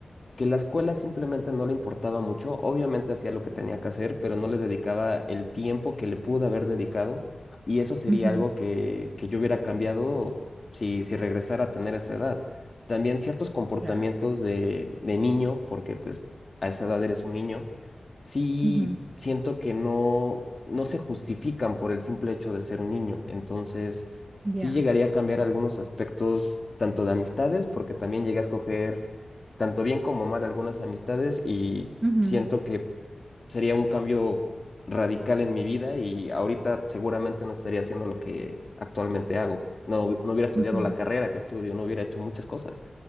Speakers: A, on the left; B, on the right.
A: que la escuela simplemente no le importaba mucho, obviamente hacía lo que tenía que hacer, pero no le dedicaba el tiempo que le pudo haber dedicado y eso sería
B: Ujú, ujú,
A: algo que, que yo hubiera cambiado si, si regresara a tener esa edad. También ciertos comportamientos
B: Claro.
A: de, de niño, porque pues a esa edad eres un niño, sí
B: Ujú,
A: siento que no, no se justifican por el simple hecho de ser un niño, entonces
B: Ya.
A: sí llegaría a cambiar algunos aspectos, tanto de amistades, porque también llegué a escoger tanto bien como mal algunas amistades y
B: Ujú,
A: siento que sería un cambio radical en mi vida y ahorita seguramente no estaría haciendo lo que actualmente hago. No, no hubiera estudiado
B: ujú.
A: la carrera que estudio, no hubiera hecho muchas cosas